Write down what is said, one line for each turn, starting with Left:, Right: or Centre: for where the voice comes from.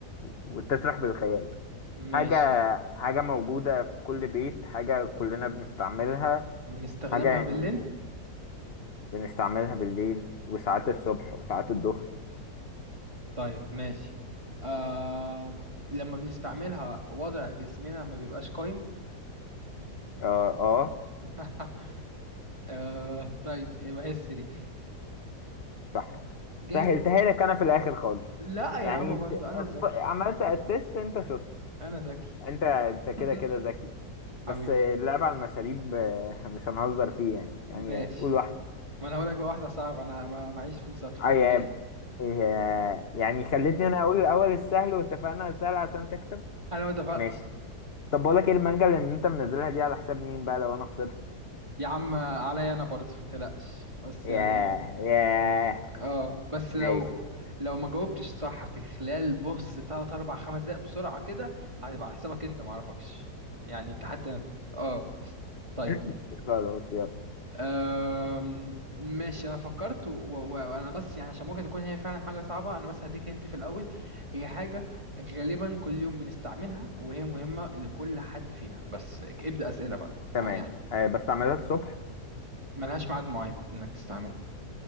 Left: وتسرح بالخيال
Right: ماشي
Left: حاجه حاجه موجوده في كل بيت حاجه كلنا بنستعملها
Right: بنستخدمها
Left: حاجه يعني
Right: بالليل
Left: بنستعملها بالليل وساعات الصبح وساعات الظهر
Right: طيب ماشي آه لما بنستعملها وضع جسمنا ما بيبقاش قايم
Left: اه اه
Right: <laughs> آه طيب يبقى هي السرير
Left: صح
Right: جامد
Left: سهلتها لك انا في الاخر خالص
Right: لا يا
Left: يعني
Right: عم
Left: د-
Right: برضو انا ذكي
Left: ب- عملت اسيست انت شاطر
Right: انا ذكي
Left: انت انت كده
Right: <laughs>
Left: كده ذكي بس
Right: حبيبي
Left: اللعب على المشاريب آه، مش هنهزر فيه يعني يعني
Right: ماشي
Left: قول واحد
Right: ما انا هقول لك بقى واحده صعبه انا ما معيش فلوس ادفع
Left: عيب
Right: من الاخر
Left: إيه، يعني خليتني انا اقول الاول السهل واتفقنا على السهل عشان تكسب
Right: انا ما اتفقتش
Left: ماشي طب بقول لك ايه المانجا اللي انت منزلها دي على حساب مين بقى لو انا خسرت
Right: يا عم عليا انا برضو ما تقلقش بس
Left: ياه
Right: يعني
Left: ياه
Right: اه بس لو
Left: ماشي
Right: لو ما جاوبتش صح في خلال بص تلات اربع خمس دقايق بسرعة كده هتبقى على حسابك انت معرفكش يعني التحدي اه طيب
Left: <laughs> خلاص يلا
Right: أم... ماشي انا فكرت و- و- وانا بس يعني عشان ممكن تكون هي فعلا حاجة صعبة انا بس هديك هنت في الاول هي حاجة غالبا كل يوم بنستعملها وهي مهمة لكل حد فينا بس ابدأ أسئلة بقى ما
Left: تمام
Right: يعني
Left: آه، بس اعملها الصبح
Right: ملهاش ميعاد معين انك تستعملها